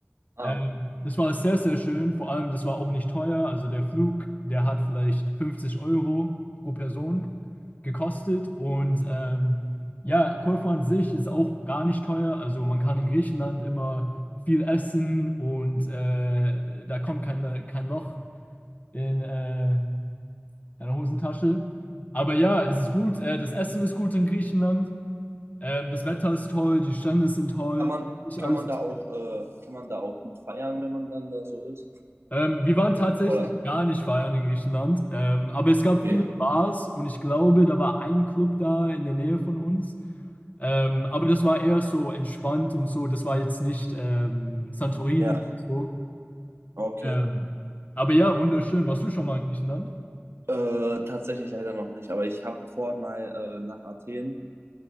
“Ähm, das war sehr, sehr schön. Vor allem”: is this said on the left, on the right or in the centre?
Left